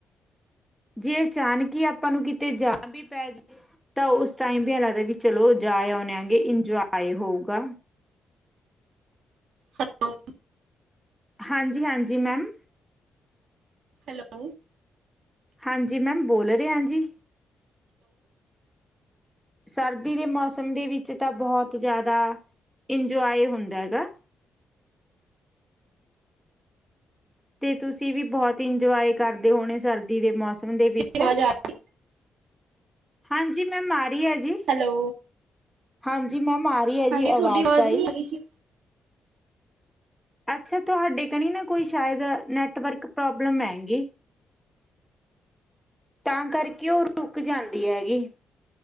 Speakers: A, in the centre; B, on the right.
A: ਜੇ ਅਚਾਨਕ ਹੀ ਆਪਾਂ ਨੂੰ ਕਿਤੇ ਜਾ ਵੀ ਪੈ ਜਾ ਤਾਂ ਉਸ ਟਾਈਮ ਵੀ ਲੱਗਦਾ ਵੀ ਚਲੋ ਜਾ ਆਉਣੇ ਆਗੇ। ਇਜਵਾਏ ਹੋਊਗਾ।
B: ਹੈਲੋ।
A: ਹਾਂਜੀ ਹਾਂਜੀ ਮੈਮ।
B: ਹੈਲੋ।
A: ਹਾਂਜੀ ਮੈਮ ਬੋਲ ਰਹੇ ਹਾਂ ਜੀ। ਸਰਦੀ ਦੇ ਮੌਸਮ ਦੇ ਵਿੱਚ ਤਾਂ ਬਹੁਤ ਜ਼ਿਆਦਾ ਇੰਜੋਏ ਹੁੰਦਾ ਗਾ। ਤੇ ਤੁਸੀਂ ਵੀ ਬਹੁਤ ਇੰਜੋਏ ਕਰਦੇ ਹੋਣੇ ਸਰਦੀ ਦੇ ਮੌਸਮ। ਮੌਸਮ ਦੇ ਵਿੱਚ
B: ਆਵਾਜ਼ ਆ
A: ਹਾਂਜੀ ਮੈਂ ਮਾਰੀ ਆ ਜੀ।
B: ਹੈਲੋ
A: ਹਾਂਜੀ ਮੈਮ। ਮਾਰੀ ਹੈ ਜੀ
B: ਹਾਂਜੀ ਤੁਹਾਡੀ
A: ਆਵਾਜ਼ ਤਾਂਈ।
B: ਨਹੀਂ ਆ ਰਹੀ ਸੀ
A: ਅੱਛਾ ਤੁਹਾਡੇ ਕਣੀ ਨਾ ਕੋਈ ਸ਼ਾਇਦ ਨੈਟਵਰਕ ਪ੍ਰੋਬਲਮ ਆ ਗੀ ਤਾਂ ਕਰਕੇ ਉਹ ਰੁਕ ਜਾਂਦੀ ਹੈ ਜੀ।